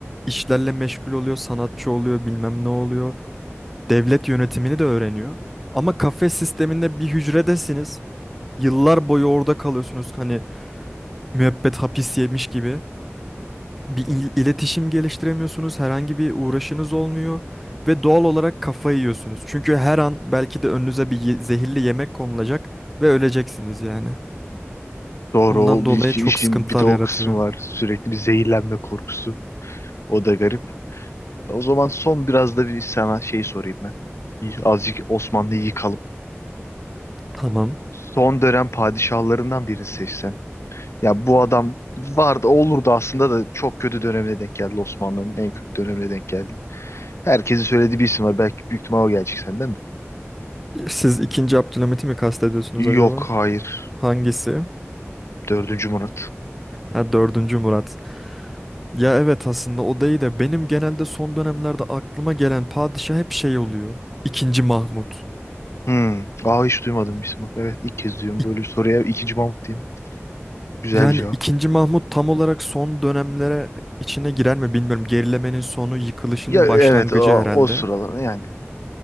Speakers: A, in the centre; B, on the left (about 70°).
A: işlerle meşgul oluyor, sanatçı oluyor, bilmem ne oluyor devlet yönetimini de öğreniyor. Ama kafes sisteminde bir hücredesiniz. Yıllar boyu orada kalıyorsunuz. Hani müebbet hapis yemiş gibi. Bir il- iletişim geliştiremiyorsunuz. Herhangi bir uğraşınız olmuyor. Ve doğal olarak kafayı yiyorsunuz. Çünkü her an belki de önünüze bir ye- zehirli yemek konulacak ve öleceksiniz yani.
B: Doğru
A: Bundan
B: o
A: dolayı
B: bir işin,
A: çok
B: işin
A: sıkıntılar
B: bir de o
A: yaratıyor.
B: kısmı var. Sürekli bir zehirlenme korkusu. O da garip. O zaman son biraz da bir sana şey sorayım ben. Bir- Azıcık Osmanlı'yı yıkalım.
A: Tamam.
B: Son dönem padişahlarından birini seçsen. Ya bu adam vardı olurdu aslında da çok kötü dönemine denk geldi Osmanlı'nın en kötü dönemine denk geldi. Herkesin söylediği bir isim var. Belki büyük ihtimal o gelecek senden de.
A: Siz ikinci Abdülhamit'i mi kastediyorsunuz
B: Yok
A: acaba?
B: hayır.
A: Hangisi?
B: Dördüncü Murat.
A: Ha dördüncü Murat. Ya evet aslında o değil de benim genelde son dönemlerde aklıma gelen padişah hep şey oluyor. İkinci Mahmut.
B: Hmm. Aa hiç duymadım bir isim bak. Evet ilk kez duyuyorum.
A: İk-
B: Böyle bir soruya ikinci Mahmut diyeyim. Güzel
A: yani
B: bir cevap.
A: ikinci Mahmut tam olarak son dönemlere içine girer mi bilmiyorum. Gerilemenin sonu, yıkılışın
B: Ya evet
A: başlangıcı
B: o,
A: herhalde.
B: o sıralar yani.